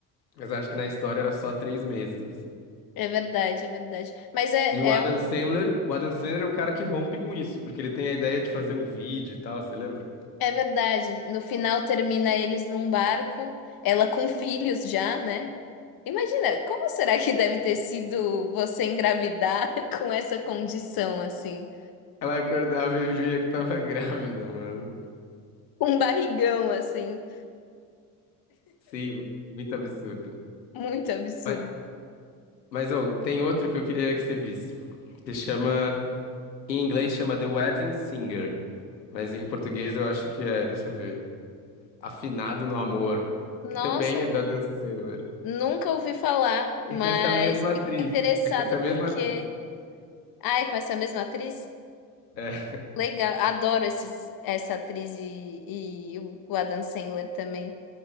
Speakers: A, on the left (about 85°); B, on the left (about 45°).
A: Mas eu acho que na história era só três meses, assim.
B: É verdade, é verdade. Mas é,
A: E o Adam
B: é
A: Sandler, o Adam Sandler é o cara que rompe com isso, porque ele tem a ideia de fazer um vídeo e tal, você lembra?
B: É verdade. No final termina eles num barco, ela com filhos já, né? Imagina, como será que deve ter sido você engravidar <laughs> com essa condição assim,
A: Ela acordava e via que tava <laughs> grávida, mano.
B: com um barrigão assim,
A: Sim, muito absurdo.
B: muito absurdo.
A: Mas, mas ô, tem outro que eu queria que você visse, que chama, em inglês chama The Wedding Singer, mas em português eu acho que é, deixa eu ver, Afinado no Amor,
B: Nossa,
A: que também é do Adam Sandler.
B: nunca ouvi falar, mas
A: E com essa mesma
B: fiquei
A: atriz,
B: interessada
A: é com essa mesma
B: porque,
A: atriz.
B: ai, com essa mesma atriz,
A: É.
B: legal. Adoro esses, essa atriz e, e o o Adam Sandler também.